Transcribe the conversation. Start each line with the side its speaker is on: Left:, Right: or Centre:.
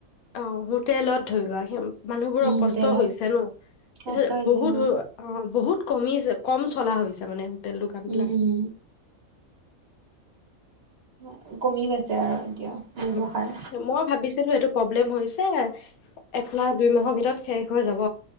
Left: অ', হোটেলত ধৰি লোৱা স মানুহবোৰৰ
Right: উম
Left: কষ্ট
Right: হোটেলত
Left: হৈছে ন
Right: কষ্ট
Left: এ',
Right: হৈছে
Left: বহুত
Right: উম।
Left: অ', বহুত কমি কম চলা হৈছে মানে। হোটেল দোকানবিলাক
Right: উম উম। উম, কমি গৈছে আৰু এতিয়া। ব্যৱসায়।
Left: উ মই ভাবিছিলো এইটো প্ৰব্লেম হৈছে। এ মাহ দুই মাহৰ ভিতৰত শেষ হৈ যাব